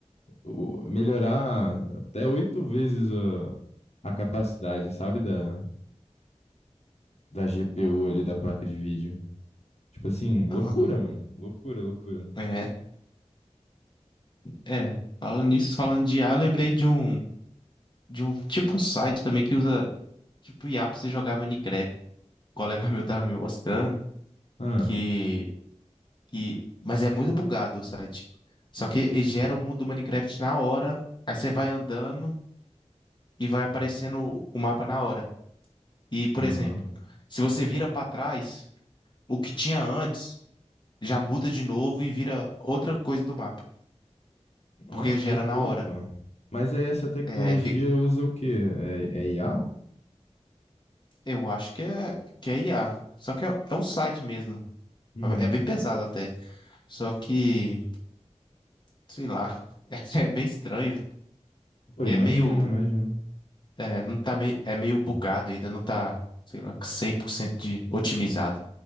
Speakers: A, on the left; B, on the left.
A: o- melhorar até oito vezes a, a capacidade, sabe, da, da GPU ali, da placa de vídeo. Tipo assim,
B: Aham.
A: loucura, mano. Loucura, loucura.
B: É, é. Falando nisso, falando de IA, eu lembrei de um, de um tipo um site também que usa tipo IA pra você jogar Minecraft. O colega meu tava me mostrando
A: Ah,
B: que, que, mas é muito bugado o site. Só que ele gera o mundo do Minecraft na hora. Aí você vai andando e vai aparecendo o mapa na hora. E, por
A: aham.
B: exemplo, se você vira para trás, o que tinha antes já muda de novo e vira outra coisa do mapa,
A: Nossa,
B: porque gera
A: que loucura,
B: na hora.
A: pô. Mas aí essa tecnologia
B: É, aí fica-
A: usa o quê? É, é IA?
B: eu acho que é, que é IA. Só que é, é um site mesmo.
A: Uhum.
B: É bem pesado até. Só que, sei lá, <laughs> é, bem estranho. porque
A: Pô, imagino,
B: É meio,
A: imagino.
B: é, não tá meio, é meio bugado ainda, não tá, sei lá, cem por cento de otimizado.